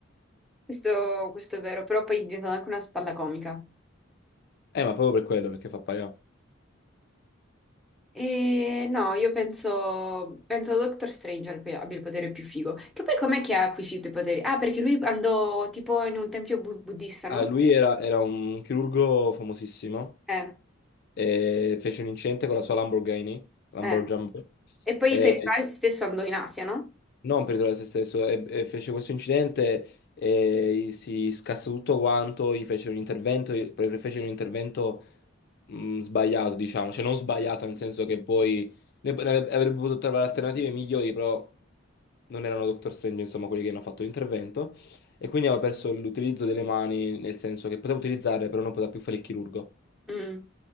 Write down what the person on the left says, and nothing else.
Eh, ma proprio per quello, perché fa pariare.
Ah, lui era, era un chirurgo famosissimo
e fece un incidente con la sua Lamborghini, Lamborghini,
e
non per ritrovare se stesso, e, e fece questo incidente e si scassò tutto quanto, gli fece un intervento, poi fece un intervento mh, sbagliato, diciamo, cioè non sbagliato nel senso che poi ne- ne avrebbe avrebbe potuto trovare alternative migliori, però non erano Doctor Strange, insomma, quelli che hanno fatto l'intervento, e quindi aveva perso l'utilizzo delle mani, nel senso che poteva utilizzarle, però non poteva più fare il chirurgo.